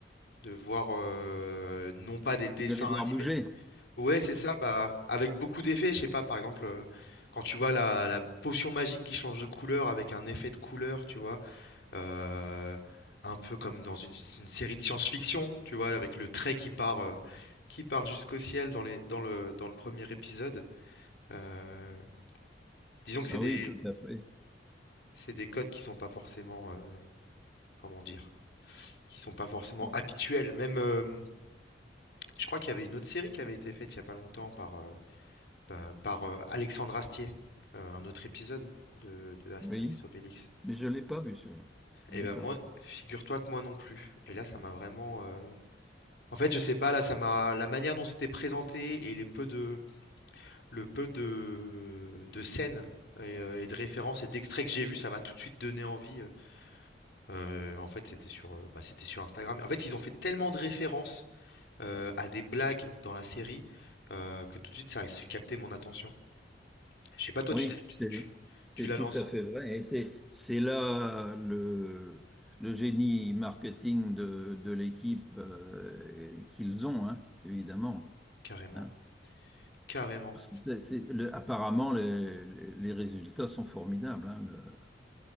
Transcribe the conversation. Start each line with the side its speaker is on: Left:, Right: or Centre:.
Left: De voir, heu, non pas des dessins
Centre: De les voir
Left: animés
Centre: bouger.
Left: ouais, c'est ça, bah, avec beaucoup d'effets, je sais pas, par exemple, heu, quand tu vois la la potion magique qui change de couleur avec un effet de couleur, tu vois? Heu, un peu comme dans une une série de science-fiction, tu vois? Avec le trait qui part, heu, qui part jusqu'au ciel dans les dans le dans le premier épisode. Heu, disons que
Centre: Ah
Left: c'est des
Centre: oui, tout à fait.
Left: c'est des codes qui sont pas forcément, heu, comment dire? Qui sont pas forcément
Centre: Bon,
Left: habituels. Même, hem, je crois qu'il y avait une autre série qui avait été faite il y a pas longtemps par, euh, pa- par, euh, Alexandre Astier, euh, un autre épisode de, de Astérix
Centre: Oui,
Left: Obélix.
Centre: mais je ne l'ai pas vu celui-là. Je
Left: Et
Centre: l'ai
Left: ben
Centre: pas
Left: moi,
Centre: vu.
Left: figure-toi que moi non plus. Et là, ça m'a vraiment. euh, En fait, je sais pas, là, ça m'a. La manière dont c'était présenté et les peu de, le peu de, de scènes et, euh, et de références et d'extraits que j'ai vus, ça m'a tout de suite donné envie. Euh, euh, en fait, c'était sur, euh, bah, c'était sur Instagram. En fait, ils ont fait tellement de références euh, à des blagues dans la série euh, que tout de suite, ça a su capter mon attention. Je sais pas, toi,
Centre: Oui,
Left: tu t'es- tu,
Centre: c'est
Left: tu-
Centre: c'est
Left: tu l'as
Centre: tout
Left: lancé.
Centre: à fait vrai. Et c'est c'est là le, le génie marketing de, de l'équipe euh, et qu'ils ont, hein, évidemment.
Left: Carrément,
Centre: hein.
Left: carrément.
Centre: Parce que c'est, c'est- le- apparemment, les, les- les résultats sont formidables. hein, le-